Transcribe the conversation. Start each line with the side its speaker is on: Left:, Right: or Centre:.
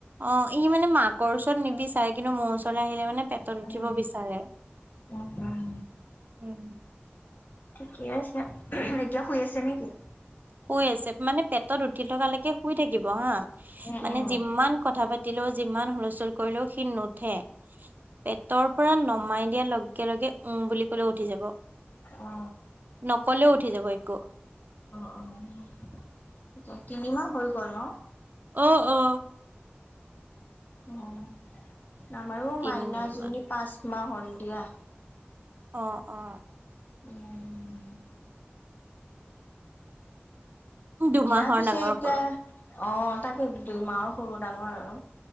Right: অ, ই মানে মাকৰ ওচৰত নিবিচাৰে কিন্তু মোৰ ওচৰলৈ আহিলে। পেটত উঠিব
Left: উম
Right: বিচাৰে
Left: উম উম।
Right: উম,
Left: থিকে আছে এতিয়া শুই আছে নেকি?
Right: শুই আছে মানে পেটত উঠি থকালৈকে শুই থাকিব হা
Left: উম
Right: মানে
Left: উম।
Right: যিমান কথা পাতিলেও যিমান হুলস্থুল কৰিলেও। নুঠে পেটৰ পৰা নমাই দিয়াৰ লগে - লগে উম, বুলি কলেও উঠি যাব
Left: অ।
Right: নকলেও উঠি যাব একো
Left: উম, তিনিমাহ হৈ গ'ল ন।
Right: অ - অ।
Left: উম, আমাৰো
Right: তিনি
Left: মাইনা‌জনী পাচ মাহ হল দিয়া।
Right: অ - অ।
Left: <inaudible>
Right: দুমাহৰ
Left: দিয়া পিছে
Right: ডাঙৰ
Left: এতিয়া
Right: সৰু
Left: অ, তাকে দুই মাহৰ সৰু ডাঙৰ আৰু।